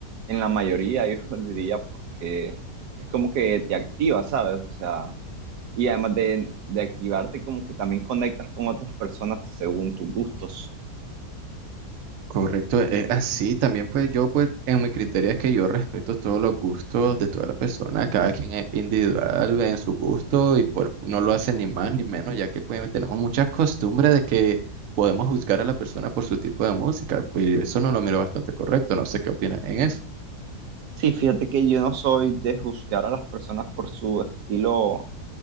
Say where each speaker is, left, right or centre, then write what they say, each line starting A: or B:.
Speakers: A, on the right; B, on the right.
A: en la mayoría, <laughs> yo diría, porque es como que te activa, ¿sabes? O sea, y además de, de activarte, como que también conectas con otras personas según tus gustos.
B: Correcto, es así. También pues yo pues en mi criterio es que yo respeto todos los gustos de toda la persona, cada quien es individual en su gusto y por, no lo hace ni más ni menos, ya que pues tenemos muchas costumbres de que podemos juzgar a la persona por su tipo de música, pues yo eso no lo miro bastante correcto, no sé qué opinas en eso.
A: Sí, fíjate que yo no soy de juzgar a las personas por su estilo